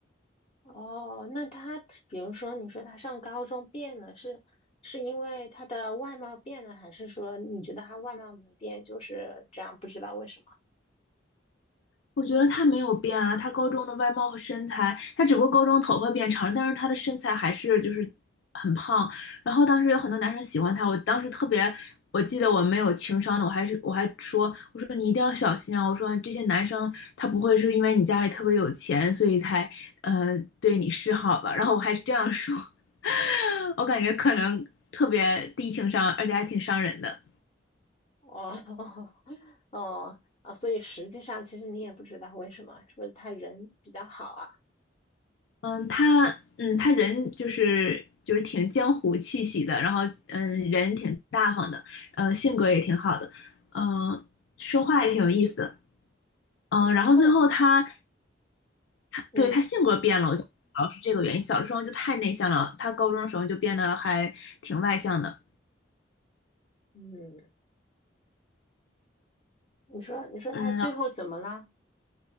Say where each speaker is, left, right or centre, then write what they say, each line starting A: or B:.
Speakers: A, on the left; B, on the left.
A: 哦，那他比如说你说他上高中变了，是是因为他的外貌变了，还是说你觉得他外貌没变，就是这样不知道为什么？
B: 我觉得她没有变啊，她高中的外貌和身材，她只不过高中头发变长了，但是她的身材还是就是很胖。然后当时有很多男生喜欢她，我当时特别，我记得我没有情商的，我还是我还说，我说你一定要小心啊，我说这些男生他不会是因为你家里特别有钱，所以才呃对你示好吧？然后我还是这样说，<laughs> 我感觉可能特别低情商，而且还挺伤人的。
A: 哦 <laughs> 哦啊，所以实际上其实你也不知道为什么，是不是他人比较好啊？
B: 嗯，他嗯，他人就是就是挺江湖气息的，然后嗯，人挺大方的，呃，性格也挺好的，嗯、说话也挺有意思的，嗯、
A: 嗯他后
B: 然后最后他他对他性格变了，
A: 嗯
B: 我觉得主要是这个原因。小的时候就太内向了，他高中的时候就变得还挺外向的，
A: 嗯。你说，你说他最后怎么了？
B: 嗯，